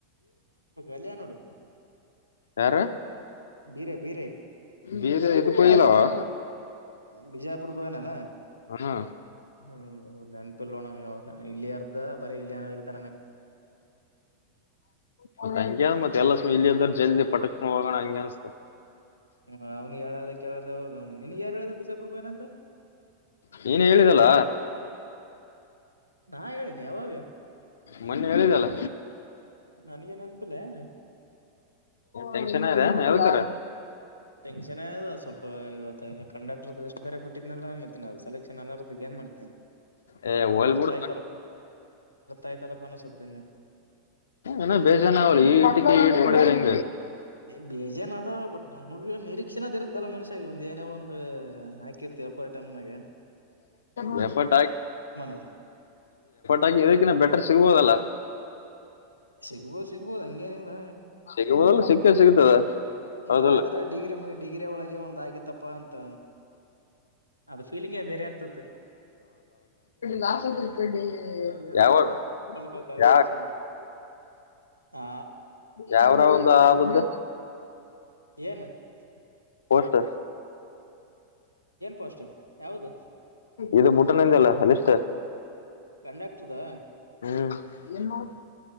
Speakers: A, on the left; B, on the left.
A: ಅಲ್ಲನೋಡು
B: ಯಾರ
A: ಬೀರೆ ಬೀರೆ
B: ಬೇರೆ ಇದು ಕೊಯಲವಾ
A: ಬಿಜಾಪುರ್ ಗೋನಲ್ಲ
B: ಹಾ
A: ಹ್ಮ ನನ್ ಇೋ ಇಲ್ಲರ್್ದ ಬರ ಇಲ್ಲ ಇರ್ತ
B: ಮತ್ತ ಹಗೆ ಅನ್ ಮತ್ತ ಎಲ್ಲ ಸ ಇಲ್ಲಿದ್ರ ಜಲ್ದಿ ಪಟಕ್ ಹೋಗೋಣ ಹಂಗೆ ಅನ್ಸ್ತ
A: ಹ ಅವ್ನು ಹೇಳಾರ್ದ ಕೇಳಾರ್ದ ಹೋದ ನೀನ್ ಯಾರು ಹೇಳದ್ರ ಬಿಸಾಪುರ್ಗು ಏನಂತ
B: ನೀಏನ ಹೇಳಿದಲ್ಲ
A: ನಾ ಹೇಳೀಿನಿ ಯಾವಾಗ
B: ಮೊನ್ನೆ ಎದಲ್ಲ
A: ನನಗೆ ನೆನಪಿಲ್ಲ ಏನ್
B: ಟೆನ್ಷನ್ ಇದೆ ಹೇಳ್ತಾರ
A: ಟೆನ್ಕ್ಷನ್ದ ಸ್ವಲ್ಪ ಇವತ್ತು ಕಂಡಕ್ಟರ್ ಎಷ್ಟು ಬೇರೆ ಬಿಟ್ಟಿದ ಮ ನ ಸೆಲೆಕ್ಷನ್ಲ್ಲ ಏನ್ ಮಾಡ
B: ಏ ಹೋಲ್
A: ವ್ಯರ್ಥ
B: ಬಿಡು
A: ಆಯ್ತ ಾಯ್ತಲ್ಲಪ್ಪ ಅಸುತ್ತೆ
B: ಏನ ಬೇಜಾನ ಆಗಲ್ಲ ಈ ಹಟಕ್ಕೆ ಮಾಡಿದ್ರ
A: ಬೇಜನ ಅದ ಬಟ್ ನಮಗೆ ನಿರೀಕ್ಷಣದರುತ್ತಲ್ಲ ಮನುಷ ಒ ಏನೇ ಒಂದು ಹಾಕಿರ್ತೀವ ಫೋರಟನ್ ಮಾಗ
B: ಫ ಎಫರ್ಟ್
A: ಅದು
B: ಹಾಕಿ ಇದಕ್ಕಿ ಬೆಟರ್ ಸಿಗ್ಬೋದಲ್ಲ
A: ಸಿಗ್ಬೋದು ಸಿಗ್ಬೋದು ಹಂಗೇನಿಲ್ಲ
B: ಸಿಗ್ಬೋದಲ್ಲ ಸಿಗ್ತೇವ ಸಿಗ್ತದ
A: ಒಟ್
B: ಹೌದಲ್ಲ
A: ಆದ್ರೆ ಡಿಗ್ರಿ ಡಿಗ್ರಿ ಒಳಗೆ ಒಂದ ಆಗುತ್ತೆ ಪ್ಪಾ ಅಂತ ಅದ ಫೀಲಿಂಗೇ ಬೇರೆ ಇರ್ತತ್
B: ಲಾಭಡೆ
A: ನಾವ್ ಏನ್
B: ಯಾವ
A: ಮಾಡಿದ್ರ ಆ ಫೀಲಿಂಗ್ ಕೊಂಡ್ಕೋಕ್ ಆಗಲ್ಲ
B: ಯ
A: ಈಗ ಸದ್ದ ಆ
B: ಯಾವರ ಒಂದು ಆದದ್ದ
A: <unintelligible>
B: ವಷ್ಟತ
A: ಪೋಸ್ಟ್ ಯಾವ್ದ
B: ಇದು ಬೂಟನ್ಿಂದ ಅಲ್ಲ ಅಲ್ಲಿಷ್ಟ
A: ಕಂಡಕ್ಟರ್ದಾ
B: ಹ್ಮ್